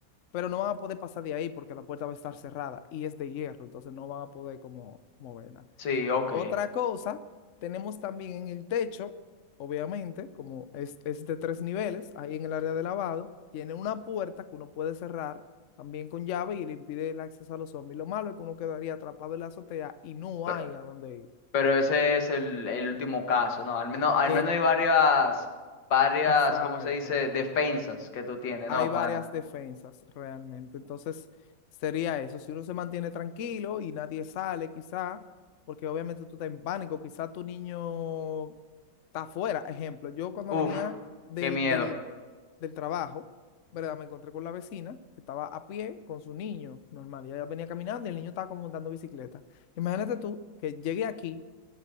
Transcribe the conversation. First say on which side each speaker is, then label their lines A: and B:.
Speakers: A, on the left; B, on the left.
A: pero no van a poder pasar de ahí porque la puerta va a estar cerrada y es de hierro, entonces no van a poder como moverla.
B: Sí, ok.
A: Otra cosa, tenemos también en el techo, obviamente, como es, es de tres niveles, ahí en el área de lavado, tiene una puerta que uno puede cerrar también con llave y le impide el acceso a los zombies. Lo malo es que uno quedaría atrapado en la azotea y no
B: Pero,
A: hay a dónde ir.
B: pero ese es el, el último caso, ¿no? Al menos, al
A: El,
B: menos hay varias, varias,
A: Exacto.
B: ¿cómo se dice? Defensas que tú tienes,
A: Hay
B: ¿no?
A: varias
B: Pan?
A: defensas realmente. Entonces, sería eso. Si uno se mantiene tranquilo y nadie sale, quizá, porque obviamente tú estás en pánico, quizá tu niño está afuera. Ejemplo, yo cuando
B: Uf,
A: venía del,
B: qué miedo.
A: del, del trabajo, ¿verdad? Me encontré con la vecina que estaba a pie con su niño normal. y Ella venía caminando y el niño estaba como montando bicicleta. Imagínate tú que llegué aquí